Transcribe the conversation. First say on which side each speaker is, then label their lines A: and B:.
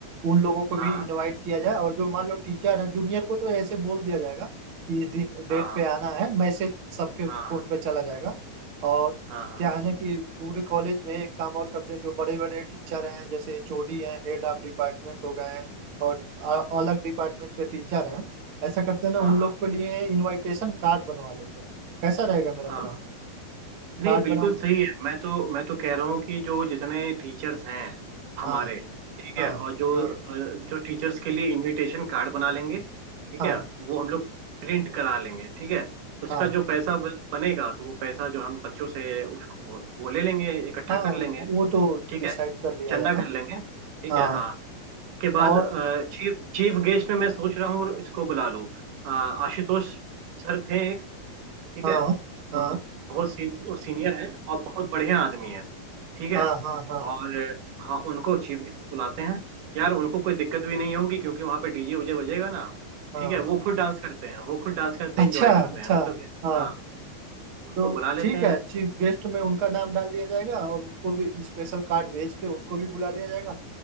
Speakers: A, on the right; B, on the right.
A: उन लोगों को
B: हाँ
A: भी इनवाइट किया जाए और जो मान लो टीचर हैं जूनियर को तो ऐसे बोल दिया जाएगा कि इस दिन डेट
B: हाँ
A: पे आना है मैसेज सबके फोन
B: हाँ
A: पे चला जाएगा और
B: हाँ
A: क्या है ना कि पूरे कॉलेज में एक काम और करते हैं जो बड़े बड़े टीचर हैं जैसे एचओडी हैं हेड ऑफ डिपार्टमेंट हो गए हैं और अ- अलग डिपार्टमेंट के टीचर हैं ऐसा करते हैं ना
B: हाँ
A: उन
B: हाँ
A: लोग के लिए इनविटेशन कार्ड बनवा लेते हैं कैसा रहेगा मेरा
B: हाँ
A: प्लान
B: नहीं
A: कार्ड
B: बिल्कुल
A: बनाओ
B: सही है मैं तो मैं तो कह रहा हूँ कि जो जितने टीचर्स हैं हमारे
A: हाँ
B: ठीक
A: हाँ
B: है और जो
A: हाँ
B: अ, जो टीचर्स के लिए इनविटेशन कार्ड बना लेंगे ठीक
A: हाँ
B: है वो हम लोग प्रिंट करा लेंगे ठीक है उसका
A: हाँ
B: जो पैसा ब- बनेगा तो वो पैसा जो हम बच्चों से उसको वो ले लेंगे इकट्ठा
A: हाँ
B: कर लेंगे
A: वो तो
B: ठीक
A: डिसाइड
B: है
A: कर लिया
B: चंदा
A: जाएगा
B: कर लेंगे ठीक
A: हाँ
B: है हाँ उसके बाद
A: और
B: चीफ चीफ गेस्ट में मैं सोच रहा हूँ इसको बुला लो अ, आशुतोष सर थे एक, ठीक
A: हाँ
B: है अ,
A: हाँ
B: बहुत सी, सीनियर हैं और बहुत बढ़िया आदमी हैं ठीक है
A: हाँ हाँ हाँ
B: और अ, हाँ उनको चीफ गेस्ट बुलाते हैं यार उनको कोई दिक्कत भी नहीं होगी क्योंकि वहां पे डीजे उजे बजेगा ना
A: हाँ
B: ठीक है
A: हाँ
B: वो खुद डांस करते हैं वो खुद डांस करते हैं
A: अच्छा
B: इंजॉय करते
A: अच्छा
B: हैं मैं तो
A: हाँ
B: हाँ उनको
A: तो
B: बुला लेते
A: ठीक
B: हैं
A: है चीफ गेस्ट में उनका नाम डाल दिया जाएगा और उनको भी स्पेशल कार्ड भेज के उनको भी बुला लिया जाएगा